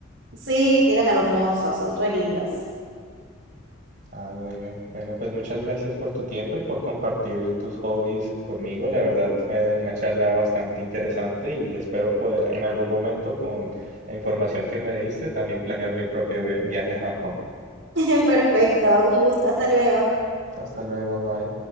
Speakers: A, on the right (about 60°); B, on the right (about 40°).
A: Sí, que eran hermosas, son re lindas.
B: Ah, bueno, bueno, pues muchas gracias por tu tiempo y por compartir tus hobbies conmigo. La verdad fue una charla bastante interesante y espero poder en algún momento con la información que me diste también planear mi propio vi- viaje a Japón.
A: <laughs> Perfecto, un gusto, hasta luego.
B: Hasta luego, bye.